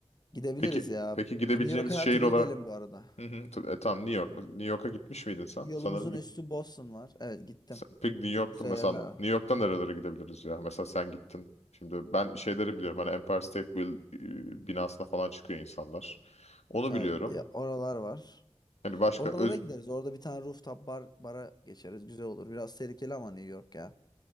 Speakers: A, on the left (about 40°); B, on the left (about 85°).
A: Gidebiliriz
B: Peki
A: ya.
B: peki gidebileceğimiz
A: O New York'a
B: şehir
A: her türlü
B: olarak
A: gidelim bu arada.
B: Hı hı, t- e, tamam New York mu? New York'a gitmiş miydin sen?
A: Yolumuzun
B: Sanırım
A: üstü Boston var. Evet gittim.
B: Sen- Peki New York'ta
A: Çok güzel
B: mesela
A: yerler var.
B: New York'ta nerelere gidebiliriz ya? Mesela sen gittin. Şimdi ben şeyleri biliyorum. Hani Empire State Build e, binasına falan çıkıyor insanlar. Onu
A: Evet
B: biliyorum.
A: ya oralar var.
B: Hani başka
A: Oralara
B: öz
A: gideriz. Orada bir tane rooftop bar bara geçeriz. Güzel olur. Biraz tehlikeli ama New York ya.